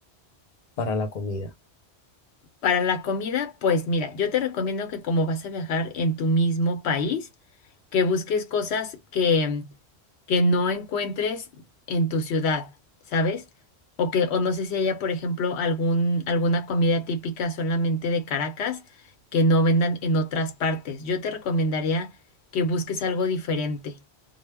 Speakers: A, on the left; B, on the left.
A: para la comida?
B: Para la comida, pues mira, yo te recomiendo que como vas a viajar en tu mismo país, que busques cosas que, que no encuentres en tu ciudad, ¿sabes? O que, o no sé si haya, por ejemplo, algún, alguna comida típica solamente de Caracas que no vendan en otras partes. Yo te recomendaría que busques algo diferente.